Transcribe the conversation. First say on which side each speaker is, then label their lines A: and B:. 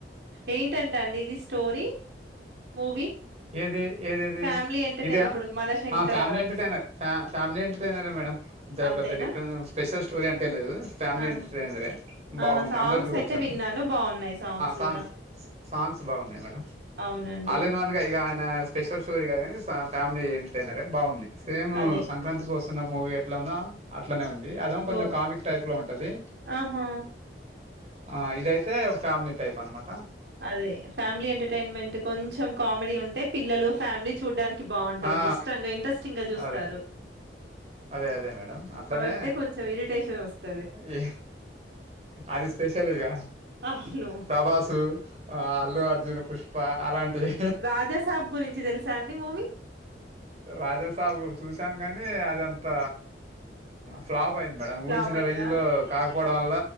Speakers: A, on the right; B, on the right.
A: ఏంటంటా అండి ఇది స్టోరీ మూవీ
B: ఏది ఏదిది
A: ఫ్యామిలీ ఎంటర్టైన్
B: ఇదా
A: ఇప్పుడు Manashankara
B: family
A: Varaprasad
B: entertainer family entertainer madam అంత
A: అంతేనా
B: పెద్ద డిఫరెంట్ స్పెషల్ స్టోరీ అంటే లేదు ఫ్యామిలీ
A: ఆ!
B: ఎంటర్టైనర్ ఏ
A: ఆ!
B: బాగుంది
A: సాంగ్స్
B: అందరు చూడొచ్చు
A: అయితే విన్నాను బాగున్నాయి
B: సాంగ్స్
A: కూడా
B: సాంగ్స్ బాగున్నాయి మేడం
A: అవునండి
B: అల్ ఇన్ వన్ ఇగా ఆయన స్పెషల్ షోరీ కాదు గాని ఫ్యామిలీ ఎంటర్టైనర్ బాగుంది సేమ్
A: అదే
B: సంక్రాంతి కోస్త వస్తున్నాం మూవీ ఎట్లా ఉందో అట్లనే ఉంది అదం కొంచెం
A: ఓ
B: కామిక్ టైప్ లో ఉంటది
A: ఆహా!
B: ఆ ఇదయితే ఫ్యామిలీ టైప్ అన్నమాట
A: అదే ఫ్యామిలీ ఎంటర్టైన్మెంట్ కొంచెం కామెడి ఉంటే పిల్లలు ఫ్యామిలీ చూడ్డానికి బాగుంటుంది
B: ఆ
A: ఇష్టంగా ఇంట్రెస్టింగ్ గా చూస్తారు
B: అదే అదే అదే మేడం అట్లానే
A: ఉంటే కొంచెం ఇరిటేషనొస్తది.
B: ఈ అది స్పెషల్ ఇంగ
A: అవును.
B: ప్రభాసు ఆ అల్లు అర్జున్ పుష్ప అలాంటివి
A: రాజాసబ్ గురించి తెలుసా అండి మూవీ
B: రాజాసాబు చూసాం కాని కానీ అదింత ఫ్లాప్ అయింది మేడం
A: ఫ్లాప్
B: ఊహించిన
A: అయిందా?
B: రేంజ్ లో కాకపో పోవడం వల్ల